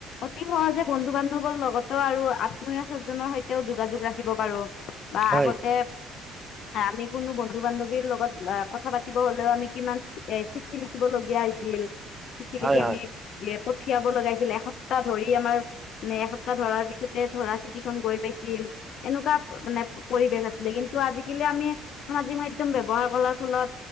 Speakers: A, on the left; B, on the right.
A: অতি সহজে বন্ধু বান্ধৱৰ লগতো আৰু আত্মীয় চজজনৰ সৈতেও যোগাযোগ ৰাখিব পাৰো বা
B: হয়
A: আগতে আমি কোনো বন্ধু বান্ধৱীৰ লগত কথা পাতিব হলেও আমি কিমান এ চিপ চিঠি লিখিব লগীয়া হৈছিল চিঠি লিখি
B: হয় হয়
A: আমি এ পঠিয়াব লগা হৈছিল লে এসপ্তাহ ধৰি আমাৰ নে এসপ্তাহ ধৰাৰ পিছতে ধৰা চিঠিখন গৈ পাইছিল এনেকুৱা মানে পৰিবেশ আছিল ছিল কিন্তু আজিকালি আমি সামাজিক মাধ্যম ব্যৱহাৰ কৰাৰ ফলত